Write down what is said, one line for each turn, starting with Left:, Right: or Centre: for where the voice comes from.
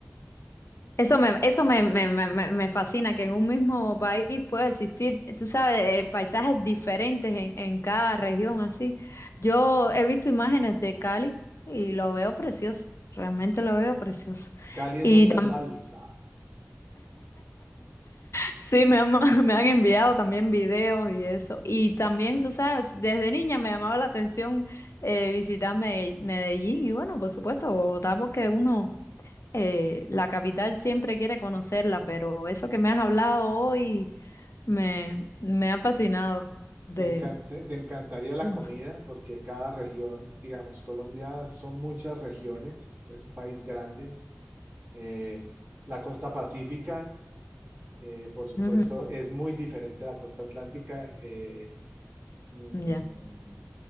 Left: Eso me, eso me, me, me, me me fascina, que en un mismo país puede existir, tú sabes, eh, paisajes diferentes en, en cada región, así. Yo he visto imágenes de Cali y lo veo precioso, realmente lo veo precioso.
Right: Cali es
Left: Y
Right: mucha
Left: también,
Right: salsa,
Left: Sí, me han, <laughs> me han enviado también videos y eso. Y también, tú sabes, desde niña me llamaba la atención eh, visitar Me- Medellín y bueno, por supuesto, Bogotá, porque uno, eh, la capital siempre quiere conocerla, pero eso que me has hablado hoy me, me ha fascinado de...
Right: Te encan- te- te encantaría la
Left: <laughs>
Right: comida porque cada región, digamos, Colombia son muchas regiones, es un país grande. Eh, la costa pacífica, eh, por supuesto,
Left: Ujú,
Right: es muy diferente a la costa atlántica. eh, mm,
Left: Ya.